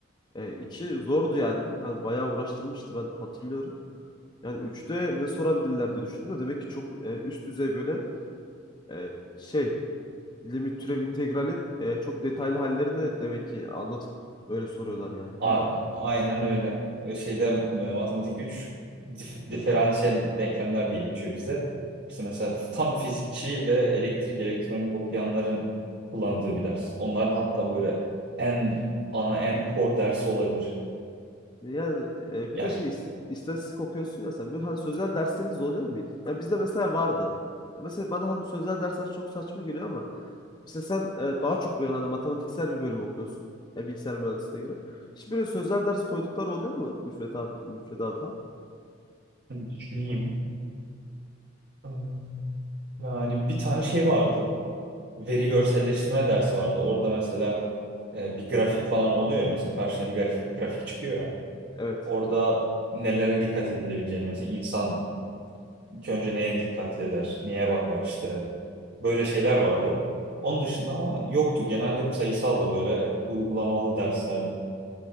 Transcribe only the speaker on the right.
A-
aynen öyle. E, Şeyde e, matematik 3 dif- diferansiyel denklemler diye geçiyor bize İşte mesela
f- tam fizikçi ve elektrik elektronik okuyanların kullandığı bir ders. Onların hatta böyle en ana en core dersi olabilir.
Ger
Hani düşüneyim. Ee, Yani bir tane şey vardı. Veri görselleştirme dersi vardı. Orada mesela e, bir grafik falan oluyor ya mesela karşına bir grafik, grafik çıkıyor ya.
Orada nelere dikkat edilebileceğini mesela insan İlk önce neye dikkat eder, neye bakar işte. Böyle şeyler vardı. Onun dışında ama yoktu. Genel hep sayısaldı böyle. Hep uygulamalı derslerdi.